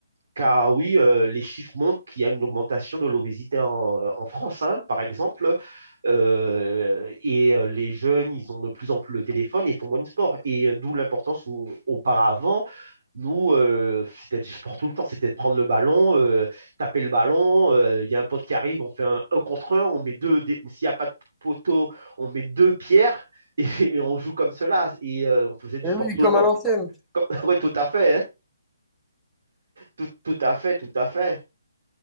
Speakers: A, on the right; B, in the centre.
A: Car oui, euh, les chiffres montrent qu'il y a une augmentation de l'obésité en, euh, en France, hein, par exemple. Euh, et euh, les jeunes, ils ont de plus en plus le téléphone et font moins de sport. Et euh, d'où l'importance où, auparavant, nous, euh, c'était du sport tout le temps, c'était de prendre le ballon, euh, taper le ballon. euh, Il y a un pote qui arrive, on fait un, un contre un, on met deux, dé- s'il n'y a pas de poteau, on met deux pierres et, <laughs> et on joue comme cela. Et euh, on faisait du
B: Et
A: sport
B: oui,
A: tout
B: comme
A: le temps.
B: à l'ancienne.
A: <laughs> Oui, tout à fait, hein. Tout, tout à fait, tout à fait.